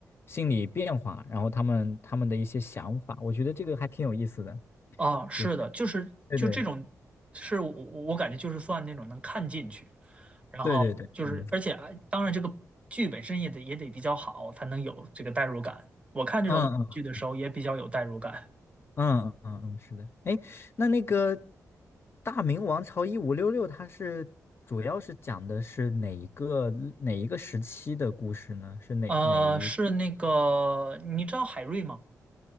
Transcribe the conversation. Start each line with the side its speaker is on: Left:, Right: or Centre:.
Left: 心理变化，然后他们他们的一些想法，我觉得这个还挺有意思的，
Right: 啊，是的，
Left: 就是
Right: 就是就这种，
Left: 对对
Right: 是我我感觉就是算那种能看进去，然后就是而且哎当然这个剧本身也得也得比较好，
Left: 对对对，嗯
Right: 才能有这个代入感。我看这种剧的时候也比较有代入感。
Left: 嗯嗯嗯嗯，嗯是的。哎，那那个《大明王朝一五六六》，它是主要是讲的是哪一个哪一个时期的故事呢？是哪哪一？
Right: 呃，是那个你知道海瑞吗？